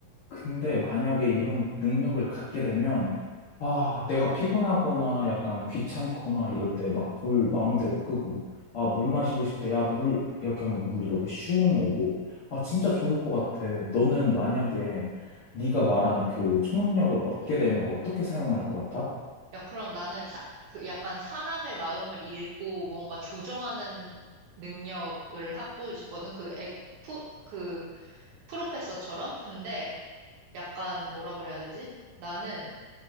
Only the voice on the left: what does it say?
근데 만약에 이런 능력을 갖게 되면, 아, 내가 피곤하거나 약간 귀찮거나 이럴 때 막 불 마음대로 끄고, 아, 물 마시고 싶대. 야, 물, 이렇게 하면 물 이렇게 슝 오고. 아, 진짜 좋을 것 같아. 너는 만약에 네가 말한 그 초능력을 얻게 되면 어떻게 사용할 것 같아?